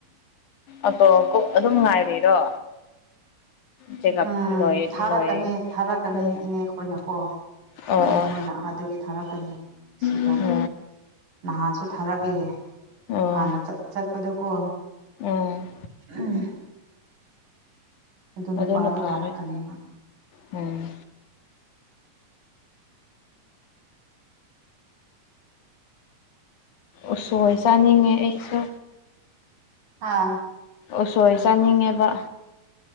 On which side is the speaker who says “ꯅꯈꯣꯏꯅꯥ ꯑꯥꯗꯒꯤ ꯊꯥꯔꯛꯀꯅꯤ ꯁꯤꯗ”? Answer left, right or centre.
Right